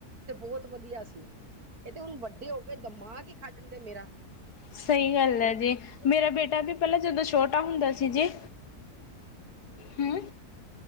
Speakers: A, on the right (about 70°); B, on the left (about 85°).
A: ਤੇ ਬਹੁਤ ਵਧੀਆ ਸੀ ਇਹ ਤੇ ਹੁਣ ਵੱਡੇ ਹੋ ਕੇ ਦਿਮਾਕ ਹੀ ਖਾ ਜਾਂਦੇ ਮੇਰਾ
B: ਸਹੀ ਗੱਲ
A: ਹੁਣ
B: ਹੈ ਜੀ ਮੇਰਾ ਬੇਟਾ ਵੀ ਪਹਿਲਾਂ ਜਦੋਂ ਛੋਟਾ ਹੁੰਦਾ ਸੀ ਜੀ ਹਮ